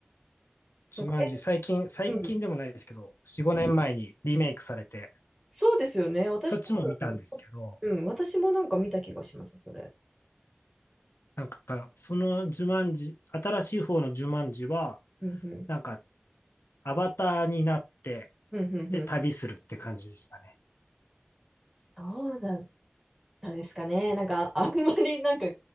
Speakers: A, in the centre; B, on the left (about 80°).
A: そっか、
B: ジュマンジ、
A: え、
B: 最近、最近でもないですけど、
A: うん。
B: 4、5ん。年前にリメイクされて、
A: そうですよね。私多分、
B: そっちも見たんですけど、
A: そうん、私もなんか見た気がします、それ。
B: なんか、そのジュマンジ、新しい方のジュマンジは、
A: うん、うん。
B: なんか、アバターになって、
A: うん、うん、
B: で、
A: うん。
B: 旅するって感じでしたね。
A: そうだったですかね。なんか、あんまり、なんか、